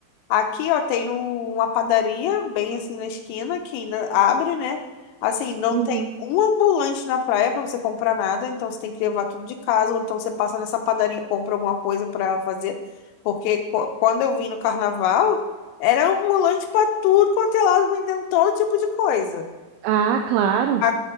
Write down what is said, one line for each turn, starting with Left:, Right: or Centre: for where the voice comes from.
Left: Aqui, ó, tem um- uma padaria bem assim na esquina que ainda abre, né? Assim, não
Right: Uhum.
Left: tem um ambulante na praia para você comprar nada, então você tem que levar tudo de casa, ou então você passa nessa padaria e compra alguma coisa para fazer. Porque qu- quando eu vim no carnaval, era ambulante para tudo quanto é lado, vendendo todo tipo de coisa
Right: Ah, claro.
Left: a,